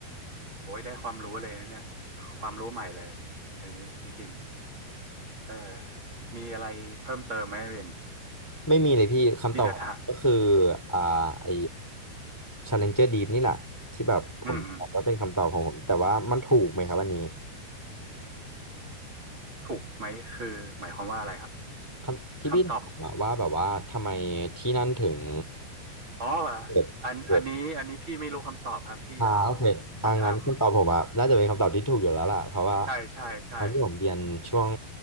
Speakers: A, on the right; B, in the centre.
A: โอ้ยได้ความรู้เลยนะเนี่ยความรู้ใหม่เลยอันนี้จริงๆเออมีอะไรเพิ่มเติมไหมอย่าง
B: ไม่มีเลยพี่คำตอบของผมก็คือ
A: ที่จะถาม
B: อ่าไอ Challenger Deep นี่แหละที่แบบผมบอกว่าเป็นคำตอบของผมแต่ว่ามันถูกไหมครับอันนี้
A: อืมอืมถูกไหมคือหมายความว่าอะไรครับ
B: คำที่พี่ถามอะว่าแบบว่าทำไมที่นั่นถึง
A: คำตอบอ๋อ
B: เปิดเปิด
A: อันอันนี้อันนี้พี่ไม่รู้คำตอบครับพี่เอา
B: อ่าโอเคอ่างั้นคำตอบผมอะน่าจะเป็นคำตอบที่ถูกอยู่แล้วล่ะเพราะว่า
A: คำถามใช่ใช่ใช่
B: ตอนที่ผมเรียนช่วง